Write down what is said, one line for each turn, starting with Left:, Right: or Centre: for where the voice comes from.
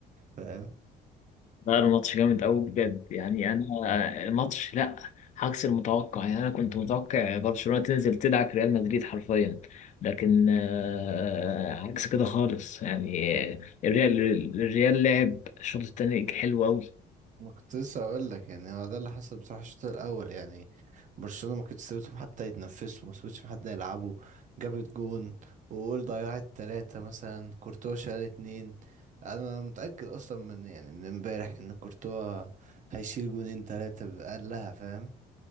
Right: فاهم
Left: لا الماتش جامد قوي بجد يعني انا أنا الماتش لا عكس المتوقع يعني انا كنت متوقع برشلونة تنزل تدعك ريال مدريد حرفيا لكن آه، عكس كده خالص يعني الريال الريال لعب الشوط الثاني حلو قوي
Right: ما كنت لسه اقول لك يعني هو ده اللي حصل بصراحه الشوط الاول يعني برشلونه ما كانتش سابتهم حتى يتنفسوا ما سابتش حد يلعبوا جابت جون وقول ضيعت ثلاثه مثلا كورتوا شال اتنين انا متاكد اصلا من يعني من امبارح ان كورتوا هيشيل جونين ثلاثه بأقلها فاهم